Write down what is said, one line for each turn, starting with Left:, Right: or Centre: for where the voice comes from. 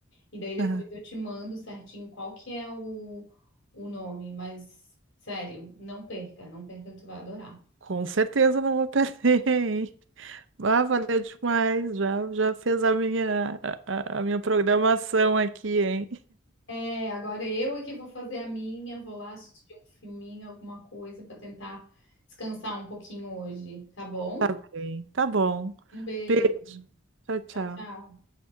Left: E daí depois
Right: aham.
Left: eu te mando certinho qual que é o, o nome. Mas, sério, não perca. Não perca que tu vai adorar.
Right: Com certeza não vou perder, hein? Ah, valeu demais. Já, já fez a minha, a, a- a minha programação aqui, hein?
Left: É, agora eu é que vou fazer a minha. Vou lá assistir um filminho, alguma coisa, para tentar descansar um pouquinho hoje. Tá bom?
Right: Tá bem. Tá bom.
Left: Um beijo.
Right: Beijo. Tchau, tchau.
Left: Tchau, tchau.